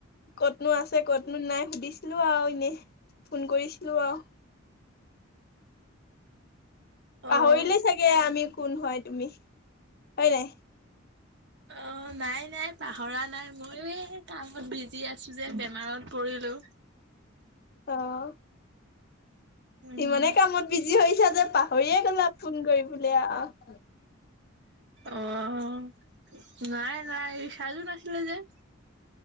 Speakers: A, on the left; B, on the right.
A: কতনো আছে কতনো নাই সুধিছিলো আৰু এনে ফোন কৰিছিলো আৰু। পাহৰিলেই
B: অ
A: চাগে আমি কোন হয়। তুমি হয় নাই।
B: অ'নাই নাই পাহৰা নাই ময়ো এই কামত বিজি আছো যে বেমাৰত পৰিলো।
A: অ'।
B: উম,
A: ইমানেই কামত বিজি হৈছা যে পাহৰিয়ে গ'লা ফোন কৰিবলৈ আৰু।
B: অ' নাই নাই। চাৰ্জও নাছিলে যে।